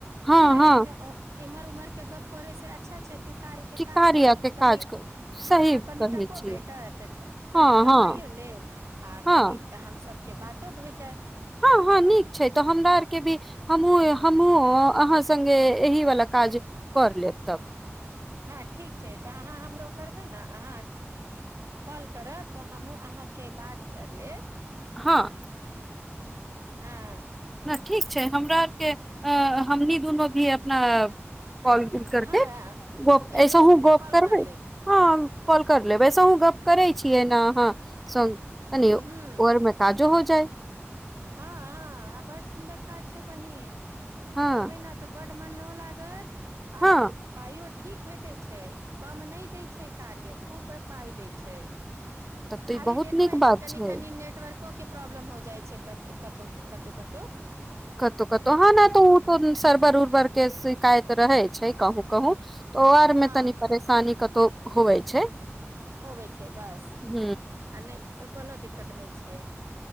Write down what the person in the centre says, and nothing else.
हँ
हँ
कि कार्या
के काज
करू सही
कहै
छियै
हँ
हँ
हँ
हँ हँ नीक छै तऽ हमरा आरके भी हमूँ हमहुूँ अहाँ संगे एहि वला काज कर लेब तब
हाँ
ठीक हमरा आरके हमनी दुनू भी अपना कॉल गूल करके
गप
ऐसा
ह
गप
करबै
हँ कॉल कर लेब वैसेहुँ गप्प करै छियै ने अहाँ सङ्ग कनि
घर मे काजो हो जाइत
हँ
हँ
तब तऽ
ई बहुत
नीक
बात
छै
कतहु कतहु हँ न तऽ ओ तो सरबर उरबर के शिकायत रहै छै कहू कहूँ त ओ आर
में तनी परेशानी कतौ हवे छै
ह